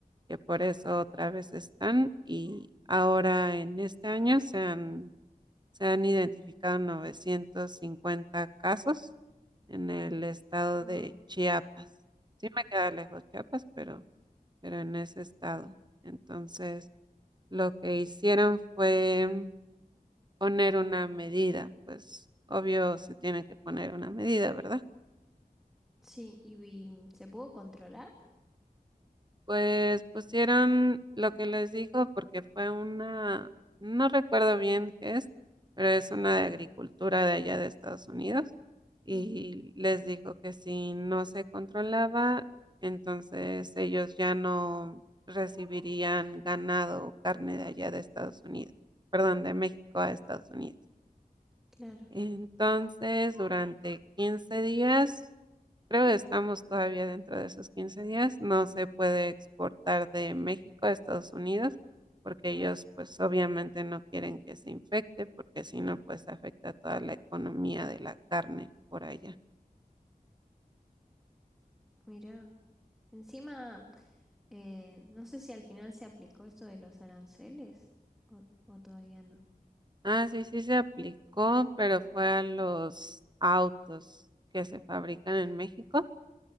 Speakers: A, on the right; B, in the centre.
A: que por eso otra vez están. Y ahora en este año se han, se han identificado 950 casos en el estado
B: wow.
A: de Chiapas. Sí me queda lejos Chiapas, pero, pero en ese estado. Entonces, lo que hicieron fue poner una medida, pues obvio se tiene que poner una medida, ¿verdad?
B: Sí, ¿y, y se pudo controlar?
A: Pues pusieron lo que les dijo porque fue una, no recuerdo bien qué es, pero es una de agricultura de allá de Estados Unidos y
B: Ujú,
A: les dijo que si no se controlaba, entonces ellos ya no recibirían ganado o carne de allá de Estados Unidos, perdón, de México a Estados Unidos.
B: claro,
A: Entonces, durante 15 días, creo que estamos todavía dentro de esos 15 días, no se puede exportar de México a Estados Unidos porque ellos pues obviamente no quieren que se infecte porque si no pues afecta toda la economía de la carne por allá.
B: mira. Encima, eh, no sé si al final se aplicó esto de los aranceles o, o todavía no.
A: Ah, sí, sí se aplicó, pero fue a los autos que se fabrican en México,